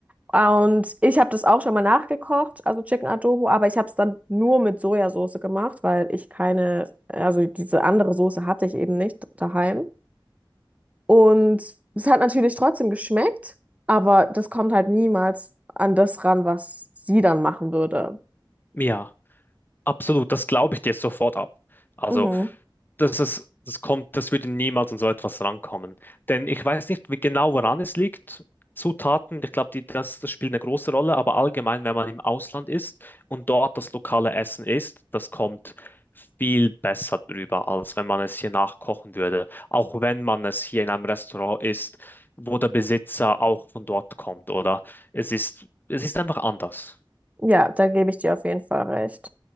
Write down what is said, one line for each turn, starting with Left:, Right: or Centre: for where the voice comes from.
Right: Und ich habe das auch schon mal nachgekocht, also Chicken Adobo, aber ich habe es dann nur mit Sojasauce gemacht, weil ich keine, also diese andere Soße hatte ich eben nicht daheim. Und es hat natürlich trotzdem geschmeckt, aber das kommt halt niemals an das ran, was sie dann machen würde.
Left: Ja. Absolut, das glaube ich dir sofort ab. Also,
Right: Mhm.
Left: das ist, das kommt, das würde niemals an so etwas rankommen. Denn ich weiß nicht wie genau, woran es liegt. Zutaten, ich glaube, die, das, das spielt eine große Rolle, aber allgemein, wenn man im Ausland ist und dort das lokale Essen isst, das kommt viel besser drüber, als wenn man es hier nachkochen würde. Auch wenn man es hier in einem Restaurant isst, wo der Besitzer auch von dort kommt, oder? Es ist, es ist einfach anders.
Right: Ja, da gebe ich dir auf jeden Fall recht.